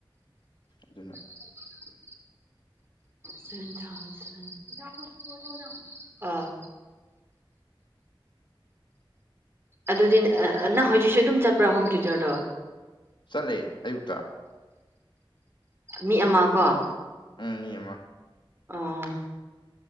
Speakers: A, on the left; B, on the right.
A: ꯑꯗꯨꯅ
B: ꯎꯝ <unintelligible> ꯁꯚꯦꯟ ꯊꯥꯎꯖꯟ <unintelligible> ꯑꯥ ꯑꯗꯨꯗꯤ ꯅꯪ ꯍꯧꯏꯖꯤꯛꯁꯨ ꯑꯗꯨꯝ ꯆꯠꯄ꯭ꯔꯥ ꯍꯣꯝ ꯇ꯭ꯌꯨꯇꯔꯗꯣ
A: ꯆꯠꯂꯦ ꯑꯌꯨꯛꯇ
B: ꯃꯤ ꯑꯃ ꯀꯣ
A: ꯎꯝ ꯃꯤ ꯑꯃ
B: ꯑꯥ